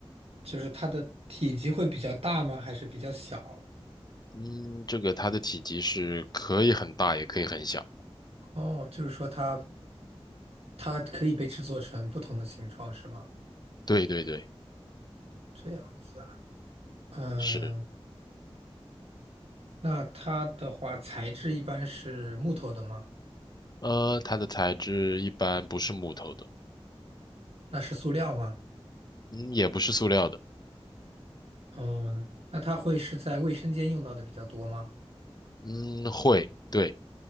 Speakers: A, on the right (about 75°); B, on the left (about 40°).
A: 就是它的体积会比较大吗？还是比较小？
B: 嗯，这个它的体积是可以很大，也可以很小。
A: 哦，就是说它它可以被制作成不同的形状，是吗？
B: 对对对，
A: 这样子啊。嗯，
B: 是。
A: 那它的话材质一般是木头的吗？
B: 呃，它的材质一般不是木头的，
A: 那是塑料吗？
B: 嗯，也不是塑料的，
A: 哦，那它会是在卫生间用到的比较多吗？
B: 嗯，会，对